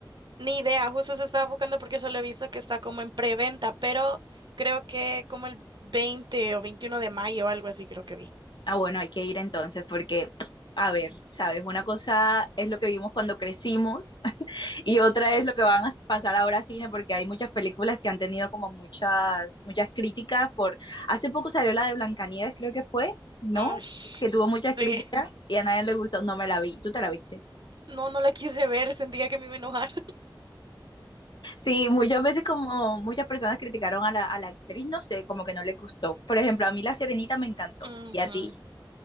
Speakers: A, on the right (about 60°); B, on the left (about 65°).
A: Ni idea, justo se estaba buscando porque solo he visto que está como en preventa, pero creo que como el 20 o 21 de mayo o algo así creo que vi.
B: Ah, bueno, hay que ir entonces porque, a ver, ¿sabes? Una cosa es lo que vimos cuando crecimos <laughs> y otra es lo que van a pasar ahora a cine porque hay muchas películas que han tenido como muchas, muchas críticas por... Hace poco salió la de Blancanieves, creo que fue, ¿no?
A: Ay,
B: Que tuvo
A: sí.
B: muchas críticas y a nadie le gustó, no me la vi. ¿Tú te la viste?
A: No, no la quise ver, sentía que me iba a enojar.
B: Sí, muchas veces como muchas personas criticaron a la, a la actriz, no sé, como que no le gustó. Por ejemplo, a mí La Sirenita me encantó
A: <laughs> Ujú.
B: y a ti.